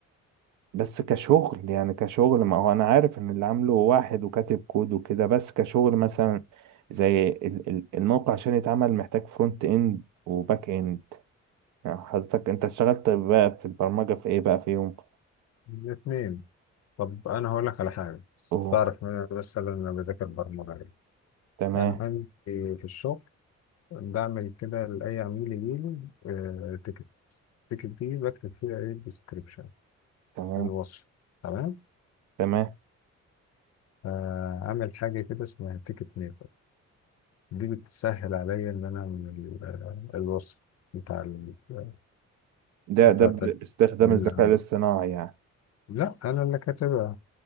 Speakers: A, on the right; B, on the left.
A: بس كشغل يعني كشغل ما هو أنا عارف إن اللي عامله واحد وكاتب كود وكده بس كشغل مثلا زي ال- ال- الموقع عشان يتعمل محتاج فرونت إند وباك إند يعني حضرتك أنت اشتغلت بقى في البرمجة في إيه بقى فيهم؟
B: الاتنين طب أنا هقول لك على حاجة
A: أوه
B: تعرف إن أنا مثلا أنا بذاكر برمجة
A: تمام
B: أنا عندي في الشغل بعمل كده لأي عميل يجيلي تيكت التيكت دي بكتب فيها إيه الديسكريبشن
A: تمام
B: الوصف تمام
A: تمام
B: آه، عامل حاجة كده اسمها تيكت ميكر دي بتسهل عليا إن أنا أعمل آه، الوصف بتاع ال آه،
A: ده
B: بتاع
A: ده باستخدام
B: التد- اللي
A: الذكاء
B: عامل
A: الاصطناعي يعني
B: لا أنا اللي كاتبها